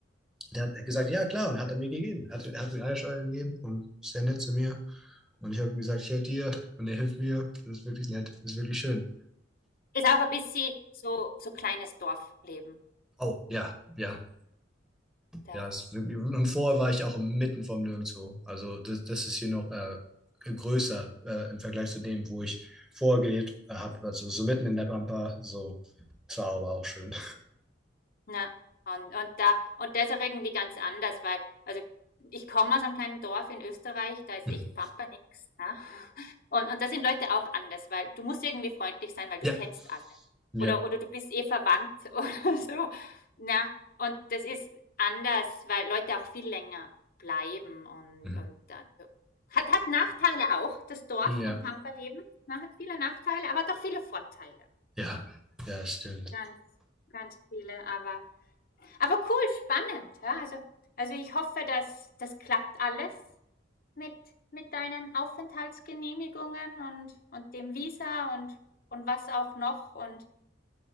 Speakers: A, in the centre; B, on the left.
A: der hat gesagt, ja klar, und hat er mir gegeben. Hat, hat mir Eierschalen gegeben und ist sehr nett zu mir. Und ich habe ihm gesagt, ich helfe dir und er hilft mir. Das ist wirklich nett, das ist wirklich schön.
B: Ist auch ein bisschen so, so kleines Dorfleben.
A: Oh, ja, ja,
B: Da
A: Ja, es, und vorher war ich auch mitten vom Nirgendwo. Also das, das ist hier noch äh, größer äh, im Vergleich zu dem, wo ich vorher gelebt habe. Also so mitten in der Pampa. So, das war aber auch schön.
B: Ja, und und da und das auch irgendwie ganz anders, weil also, ich komme aus einem kleinen Dorf in Österreich, da ist
A: Mhm.
B: echt Pampa nix, ne? Und und da sind Leute auch anders, weil du musst irgendwie freundlich sein, weil
A: Ja.
B: du kennst alle.
A: Ja,
B: Oder oder du bist eh verwandt <laughs> oder so, ne? Und das ist anders, weil Leute auch viel länger bleiben und
A: Mhm.
B: und dann so hat hat Nachteile auch, das Dorf
A: ja,
B: und Pampa-Leben, ne? Hat viele Nachteile, aber doch viele Vorteile.
A: ja, ja, stimmt.
B: Ganz, ganz viele, aber aber cool, spannend. Ja? Also, also ich hoffe, dass das klappt alles mit, mit deinen Aufenthaltsgenehmigungen und, und dem Visa und, und was auch noch. Und,